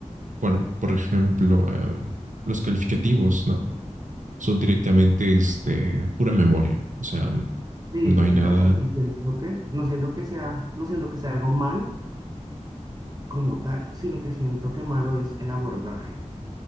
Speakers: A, on the right; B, on the right.
A: Bueno, por ejemplo, eh, los calificativos, ¿no? Son directamente este, pura memoria, o sea,
B: Sí,
A: no hay
B: y
A: nada.
B: tal cual. Y siento que, no siento que sea, no siento que sea algo malo como tal, sino que siento que malo es el abordaje.